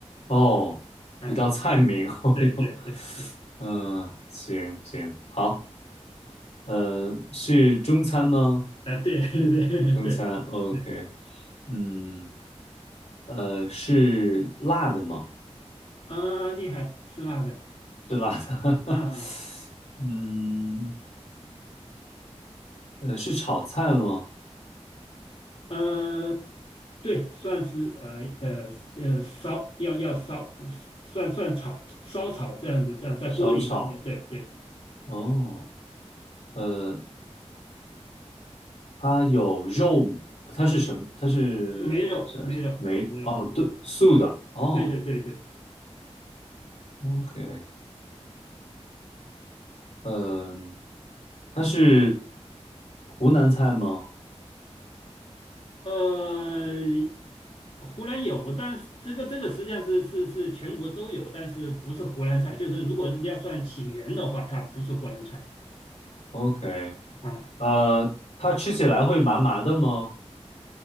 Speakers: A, on the left; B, on the left.
A: 哦，
B: 啊，
A: 一道菜名，<laughs> 哦哟，
B: 对对对对
A: 嗯，行行好。嗯，是中餐吗？
B: 啊，对 <laughs> 对对对对
A: 中餐，OK。嗯，呃，是辣的吗？
B: 啊，厉害，是辣的
A: 是辣的。
B: 啊
A: <laughs> 嗯，呃，是炒菜吗？
B: 呃，对，算是呃呃呃烧要要烧算算炒烧炒这样子，这样在锅里炒，
A: 烧炒。
B: 对对，
A: 哦，呃，它有肉，它是什么？它是我想想，
B: 没有没有没有嗯。
A: 没，哦，对，素的。哦
B: 对对对对，
A: ，OK。嗯，它是湖南菜吗
B: 呃，湖南有，但是这个这个实际上是是是全国都有，但是不是湖南菜，就是如果要算起源的话，它不是湖南菜
A: ？OK，
B: 啊，
A: 呃，它吃起来会麻麻的吗？